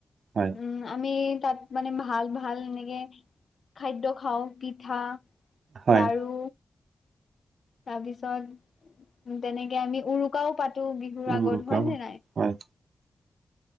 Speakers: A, on the right (about 85°); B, on the left (about 60°).
A: হয়
B: উম আমি তাত মানে ভাল ভাল এনেকে খাদ্য খাওঁ পিঠা
A: হয়
B: লাৰু তাৰ পিছত উ তেনেকে আমি উৰুকাও পাতো। টো বিহুৰ
A: উম
B: আগত
A: ৰুকা
B: হয়
A: মাটি
B: নে নাই?
A: হয়